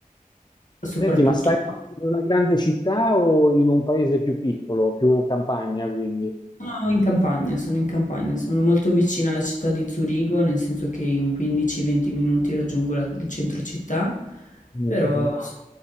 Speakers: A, on the left; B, on the left.
A: soprattutto
B: Senti, ma stai in una grande città o in un paese più piccolo, più campagna, quindi?
A: No, in campagna, sono in campagna, sono molto vicina alla città di Zurigo, nel senso che in 15-20 minuti raggiungo la- il centro città,
B: Niente
A: però s-